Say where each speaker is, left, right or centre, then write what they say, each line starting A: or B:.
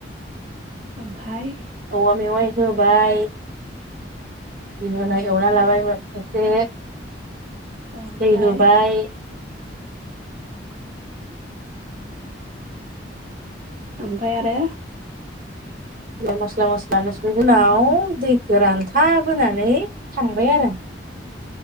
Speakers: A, on the right; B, on the right.
A: आमफाइ
B: औवा मेवाय होबाय। बिबा एवना लाबायमोन एसे
A: ओमफाय
B: दै होबाय
A: ओमफ्राय आरो
B: मस्ला मस्ला नोंस उनाव दैखौ रानथाबोनानै थांबाय आरो।